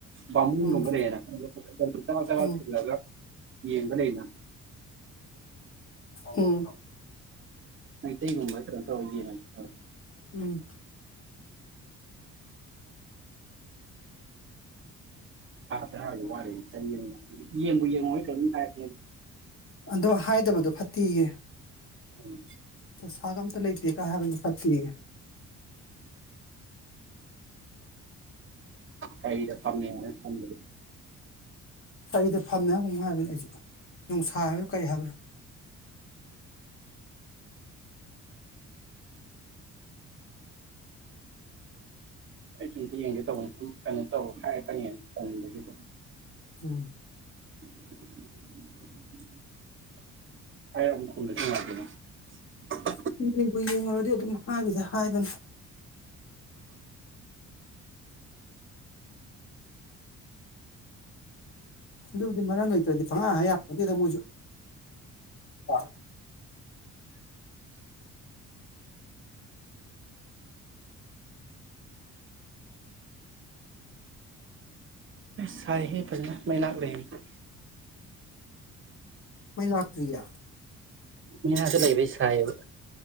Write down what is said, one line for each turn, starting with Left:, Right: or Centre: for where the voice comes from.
Right: ꯕꯥꯝꯃꯣꯟ
Left: ꯎꯝ
Right: ꯒꯨꯝꯕ ꯂꯩꯅ ꯆꯛ ꯆꯛ
Left: ꯎꯝ
Right: ꯊꯤꯜꯂꯒ ꯌꯦꯡꯕ ꯂꯩꯅ
Left: ꯑꯝ
Right: ꯃꯩꯇꯩꯒꯨꯝꯕ ꯀꯩꯅꯣꯝ ꯇꯧꯔ ꯌꯦꯡꯉ <inaudible>
Left: ꯎꯝ
Right: ꯑ <unintelligible> ꯌꯦꯡꯕꯨ ꯌꯦꯡꯉꯣ ꯀꯩꯅꯣꯝ ꯍꯥꯏꯔꯛ ꯑꯦꯅꯦ
Left: ꯑꯗꯣ ꯍꯥꯏꯗꯕꯗꯣ ꯐꯠꯇꯤꯌꯦ
Right: ꯎꯝ
Left: ꯗꯁꯥꯒ ꯑꯃꯇ ꯂꯩꯇꯦ ꯍꯥꯏꯕꯁꯦ ꯐꯠꯇꯦꯌꯦ
Right: ꯀꯔꯤꯗ ꯐꯝꯃꯦꯅ ꯊꯝꯕꯤ
Left: ꯀꯩꯗ ꯐꯝꯃꯦ ꯍꯥꯏꯕ꯭ꯔ ꯀꯩꯅꯣꯝ ꯍꯥꯏꯕꯅꯦ ꯑꯩꯁꯨ ꯅꯣꯡꯁꯥ ꯍꯥꯏꯕ꯭ꯔꯥ ꯀꯩ ꯍꯥꯏꯕ꯭ꯔꯥ
Right: ꯑꯩꯁꯨ ꯑꯝꯇ ꯌꯦꯡꯒꯦ ꯇꯧꯕꯅꯤ ꯁꯨꯝ ꯀꯩꯅꯣ ꯇꯧ ꯍꯥꯏꯔꯛ ꯀꯅꯤꯅ ꯇꯟꯕꯒꯤꯀꯣ
Left: ꯎꯝ
Right: <inaudible>
Left: <inaudible> ꯕꯨ ꯌꯦꯡꯉꯨꯔꯗꯤ ꯑꯗꯨꯝ ꯍꯥꯏ ꯕꯨꯗ ꯍꯥꯏꯕꯅꯤ ꯑꯗꯨꯕꯨꯗꯤ ꯃꯔꯝ ꯂꯩꯇ꯭ꯔꯗꯤ ꯐꯪꯍꯥꯏ ꯍꯥꯏ ꯌꯥꯄꯣꯟꯇꯦꯗ ꯃꯣꯏꯁꯨ ꯑ
Right: ꯁꯥꯏ ꯍꯦ ꯐꯖꯅ ꯃꯩ ꯂꯩꯕ
Left: ꯃꯩ ꯂꯥꯛꯇ꯭ꯔꯤꯌꯦ
Right: ꯃꯤꯁ ꯂꯩꯕ ꯁꯥꯍꯦꯕ